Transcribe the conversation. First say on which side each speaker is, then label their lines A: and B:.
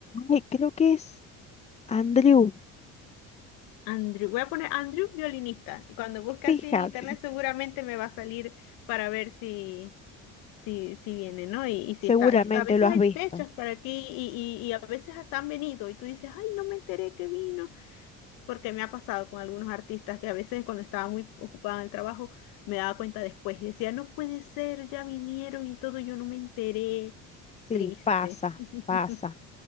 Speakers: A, on the left; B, on the left.
A: Ay, creo que es Andrew.
B: Andrew, voy a poner Andrew violinista y cuando busque
A: Fíjate.
B: así en internet seguramente me va a salir para ver si si, si viene, ¿no? Y, y si
A: Seguramente
B: está, y si- a veces
A: lo has
B: hay
A: visto.
B: fechas para aquí y, y, y a veces hasta han venido y tú dices, ay, no me enteré que vino, porque me ha pasado con algunos artistas que a veces cuando estaba muy ocupada en el trabajo me daba cuenta después y decía, no puede ser, ya vinieron y todo, yo no me enteré,
A: Sí,
B: triste.
A: pasa,
B: <laughs>
A: pasa,